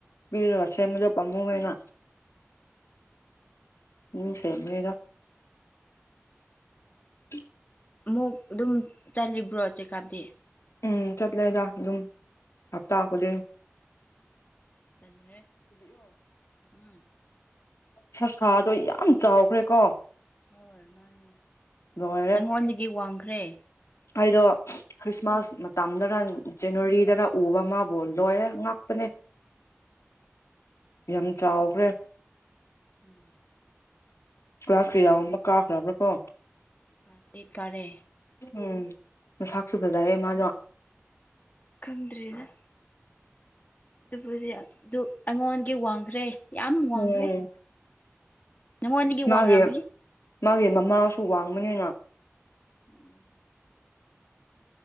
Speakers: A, on the left; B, on the left.
A: ꯄꯤꯔꯨꯔꯁꯦ ꯃꯗꯨ ꯄꯥꯝꯃꯨꯡ ꯑꯣꯏꯅ ꯎꯝ ꯐꯦꯃꯦꯗ
B: ꯃꯥꯅꯤ
A: <inaudible>
B: ꯃꯨ ꯑꯗꯨꯝ ꯆꯂꯤꯕ꯭ꯔꯣ ꯆꯦꯀꯥꯞꯗꯦ
A: ꯎꯝ ꯆꯠꯂꯦꯗ ꯑꯗꯨꯝ ꯍꯞꯇꯥ ꯈꯨꯗꯤꯡ
B: ꯇꯜꯂꯦꯍꯦ ꯎꯝ
A: ꯁꯥꯁꯥꯗꯣ ꯌꯥꯝ ꯆꯥꯎꯈ꯭ꯔꯦꯀꯣ
B: ꯍꯣꯏ ꯃꯥꯅꯦ
A: ꯂꯣꯏꯔꯦ
B: ꯅꯪꯉꯣꯟꯗꯒꯤ ꯋꯥꯡ ꯈ꯭ꯔꯦ
A: ꯑꯩꯗꯣ ꯈ꯭ꯔꯤꯁꯃꯥꯁ ꯃꯇꯝꯗꯅ ꯖꯅꯋꯥꯔꯤꯗꯅ ꯎꯕ ꯃꯥꯕꯨ ꯂꯣꯏꯔꯦ ꯉꯥꯛꯄꯅꯦ ꯌꯥꯝ ꯆꯥꯎꯈ꯭ꯔꯦ
B: ꯎꯝ
A: ꯀ꯭ꯂꯥꯁ ꯀꯌꯥꯒꯨꯝꯕ ꯀꯥꯈ꯭ꯔꯕ꯭ꯔꯥ ꯀꯣ
B: ꯀ꯭ꯂꯥꯁ ꯑꯦꯠ ꯀꯥꯔꯦ
A: ꯎꯝ ꯃꯁꯥꯛꯁꯨ ꯐꯖꯑꯦ ꯃꯥꯗꯣ
B: ꯈꯪꯗ꯭ꯔꯤꯗ ꯑꯗꯨꯕꯨꯗꯤ ꯑꯗꯨ ꯑꯩꯉꯣꯟꯒꯤ ꯋꯥꯡꯈ꯭ꯔꯦ ꯌꯥꯝ ꯋꯥꯡꯈ꯭ꯔꯦ
A: ꯎꯝ
B: ꯅꯪꯉꯣꯟꯗꯒꯤ
A: ꯃꯥꯒꯤ
B: ꯋꯥꯡ ꯉꯃꯅꯤ
A: ꯃꯥꯒꯤ ꯃꯃꯥꯁꯨ ꯋꯥꯡꯕꯅꯤꯅ
B: ꯎꯝ